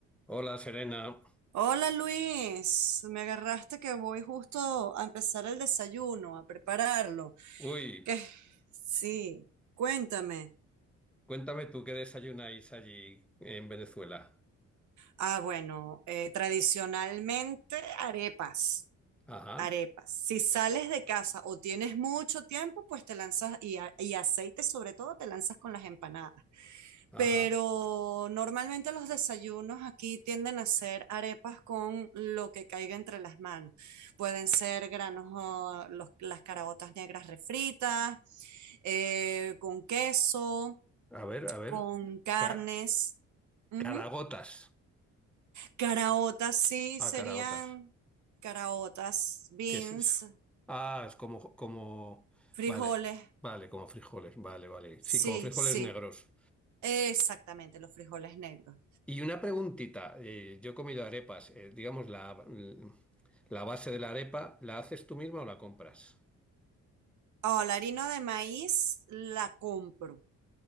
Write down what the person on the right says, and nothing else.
Hola Luis, me agarraste que voy justo a empezar el desayuno, a prepararlo.
¿Qué? Sí, cuéntame.
Ah, bueno, eh, tradicionalmente arepas,
arepas. Si sales de casa o tienes mucho tiempo, pues te lanzas y, a- y aceite sobre todo, te lanzas con las empanadas.
pero normalmente los desayunos aquí tienden a ser arepas con lo que caiga entre las manos. Pueden ser granos, ah, los- las caraotas negras refritas, eh, con queso,
con carnes.
Ujú.
Caraotas sí serían
caraotas, beans,
frijoles.
Sí,
sí,
exactamente, los frijoles negros.
Oh, la harina de maíz la compro.